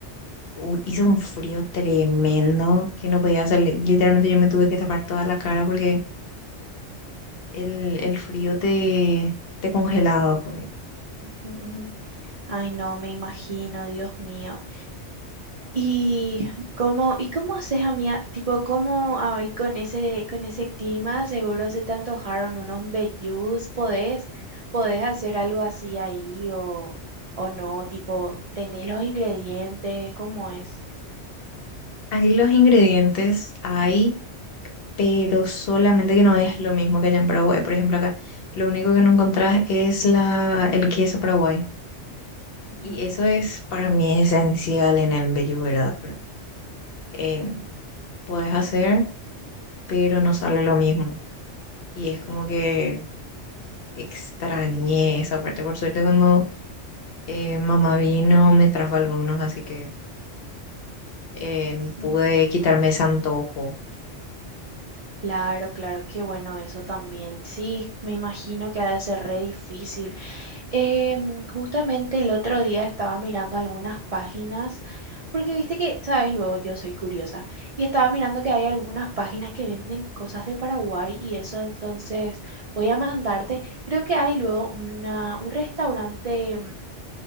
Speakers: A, on the left (about 60°); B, on the right (about 55°).
A: u- hizo un frío tremendo que no podía salir. Literalmente yo me tuve que tapar toda la cara porque el, el frío te, te congelaba por ahí.
B: ujú, Ay, no, me imagino, Dios mío. ¿Y cómo, y cómo haces, amiga? Tipo, ¿cómo ahí con ese, con ese clima seguro se te antojaron unos vellús? ¿Podés, podés hacer algo así ahí o, o no? Tipo, ¿tenés los ingredientes? ¿Cómo es?
A: Ahí los ingredientes hay, pero solamente que no es lo mismo que allá en Paraguay. Por ejemplo, acá lo único que no encontrás es la, el queso Paraguay.
B: Ujú,
A: Y eso es para mí esencial en el Bellu, ¿verdad? Pero, eh, puedes hacer, pero no sale lo mismo. Y es como que extrañé esa parte. Por suerte, cuando Eh, mamá vino, me trajo algunos, así que eh,
B: ujú.
A: pude quitarme ese antojo.
B: Claro, claro, qué bueno eso también. Sí, me imagino que ha de ser re difícil. Em, justamente el otro día estaba mirando algunas páginas, porque viste que, sabes, luego yo soy curiosa, y estaba mirando que hay algunas páginas que venden cosas de Paraguay y eso, entonces voy a mandarte, creo que hay luego una, un restaurante. mm,